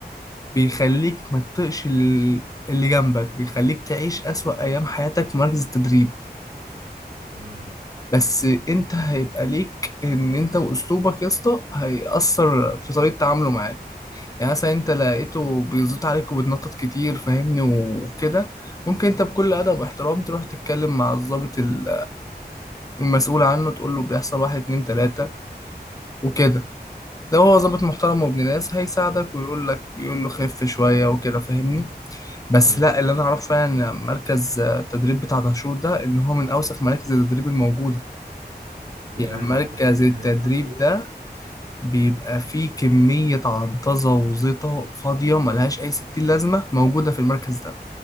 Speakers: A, on the left; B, on the right.
A: بيخليك ما تطقش ال- اللي جنبك بيخليك تعيش أسوأ أيام حياتك في مركز التدريب
B: مم.
A: بس انت هيبقى ليك ان انت واسلوبك يا اسطى هيأثر في طريقة تعامله معاك يعني مثلا انت لقيته بيزيط عليك وبتنطط كتير فاهمني وكده ممكن انت بكل ادب واحترام تروح تتكلم مع الضابط ال- المسؤول عنه تقول له بيحصل واحد اتنين تلاتة وكده لو هو ضابط محترم وابن ناس هيساعدك ويقول لك يقول له خف شوية وكده فاهمني بس
B: اه
A: لا اللي انا اعرفه يعني إن مركز آه، التدريب بتاع دهشور ده ان هو من اوسخ مراكز التدريب الموجوده
B: ده
A: يعني
B: فعلا
A: مركز
B: ده حقيقة
A: التدريب
B: يعني هو بيقول
A: ده بيبقى فيه كميه عنطزه وزيطه فاضيه ملهاش اي ستين لازمه موجوده في المركز ده